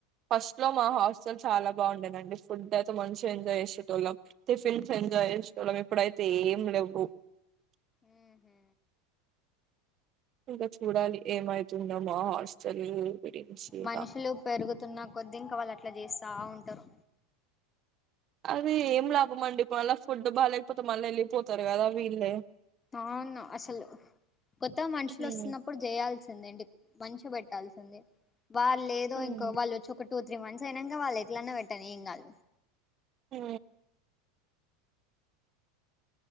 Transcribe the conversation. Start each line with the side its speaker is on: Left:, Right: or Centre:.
Right: ఫస్ట్ లో మా హాస్టల్ చాలా బాగుండేదండి ఫుడ్ అయితే మంచిగా ఎంజాయ్ చేసేటోళ్ళం టిఫిన్స్ ఎంజాయ్ చేసేటోళ్లం ఇప్పుడైతే ఏమ్ లేవు పు
Left: ఊహు
Right: ఇంకా చూడాలి ఏమైతుంద మా హాస్టల్ గురించి ఇక
Left: మనుషులు పెరుగుతున్న కొద్దీ ఇంకా వాళ్ళు అట్లా చేస్త తా ఉంటారు
Right: అది ఏం లాభం అండి మళ్ల ఫుడ్ బాగాలేకపోతే మళ్ళ వెళ్ళిపోతారు కదా వీళ్ళే
Left: అవును అసలు కొత్తగా మనుషులు
Right: హ్మ్
Left: వస్తున్నప్పుడు చేయాల్సి ంద అండి మంచి పెట్టాల్సిందే వాల్లేదో
Right: హ్మ్
Left: ఇంకో వాళ్ళు వచ్చి ఒకటి టూ త్రీ మంత్స్ అయినంక వాళ్ళ ఎట్లనే పెట్టాను ఏం కాళ
Right: ఉ